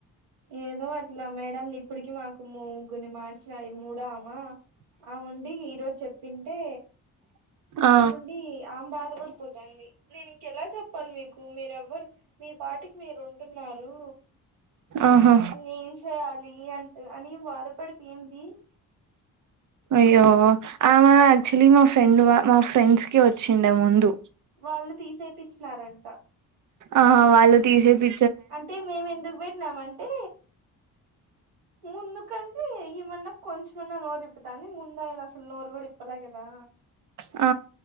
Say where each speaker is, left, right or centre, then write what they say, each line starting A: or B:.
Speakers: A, on the right; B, on the right.
A: ఏదో అట్లా మేడంలు ఇప్పటికి మాకు ముగ్గురిని మార్చు రు మూడో ఆమ ఆముండి ఈరోజు చెప్పింటే
B: ఆ
A: ఆముండి ఆమె బాధపడిపోతాంది నేను ఇంకెలా చెప్పాలి మీకు మీరెవ్వరు మీ పాటికి మీరు ఉంటున్నారు
B: ఆహా
A: నేనేం చేయాలి అంటూ అని బాధపడిపోయింది
B: అయ్యో ఆమె యాక్చువలీ మా ఫ్రెండ్ వా మా ఫ్రెండ్స్ కి వచ్చిండె ముందు
A: వాళ్ళు తీసేపిచ్చినారంట
B: ఆహా వాళ్ళు తీసేపి
A: అంటే మేము ఎందుకు పెట్టినామంటే ముందుకంటే ఈమన్నా కొంచెమన్నా నోరు ఇప్పుతాంది ముందు ఆయన అసలు నోరు కూడా ఇప్పలే కదా
B: ఆ